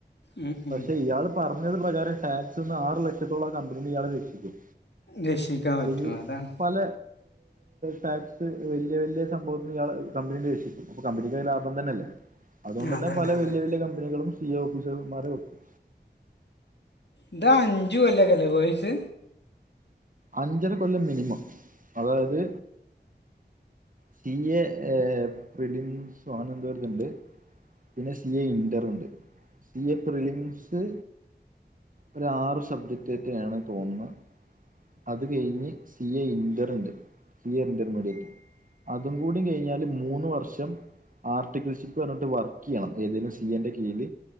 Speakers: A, on the left (about 75°); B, on the right (about 50°).
A: ഉം ഉം
B: പക്ഷെ ഇയാൾ പറഞ്ഞത് പ്രകാരം ടാക്സ്ന്ന് ആറ് ലക്ഷത്തോളം കമ്പനീ ഇയാളെ രക്ഷിക്കും
A: രക്ഷിക്കാൻ പറ്റും
B: അത്
A: അതാണ്
B: പല ടാക്സ് വലിയ വലിയ സംഭവത്തിൽ ഇയാൾ കമ്പനി ഏല്പിക്കും അപ്പൊ കമ്പനിക്ക് അത് ലാഭം തന്നെയല്ലേ അതുകൊണ്ട് തന്നെ
A: അതാണ്
B: പല
A: അതാണ്
B: വലയ വലിയ കമ്പനികളും സി എ ഓഫീസർമാരെക്കും
A: ഇതാ അഞ്ചു കൊല്ലക്കല്ലേ കൊയ്‌സ്
B: അഞ്ചര കൊല്ലം മിനിമം അതായത് സി എ പ്രിറിടിമിംസോ അങ്ങനെ എന്തോ ഒരു ഇതുണ്ട് പിന്നെ സി എ ഇന്റർുണ്ട് സി എ പ്രിലിംസ് ഒരു ആറ് സബ്ജക്ടക്കെയാണ് തോന്നുന്നത് അത് കഴിഞ്ഞ് സി എ ഇന്റർണ്ട് സി ഇന്റർമീഡിയറ്റ് അതും കൂടി കഴിഞ്ഞാല് മൂന്ന് വർഷം ആർട്ടിക്ൽഷിപ്പ് പറഞ്ഞിട്ട് വർക്ക് ചെയ്യണം ഏതേലും സി എന്റെ കീഴിൽ